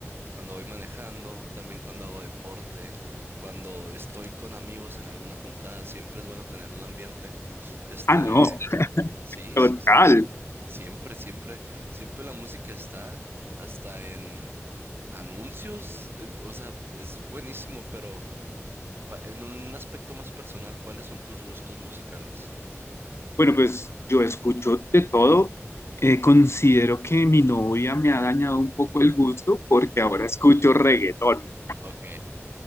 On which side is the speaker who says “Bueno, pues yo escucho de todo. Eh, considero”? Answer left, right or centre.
Left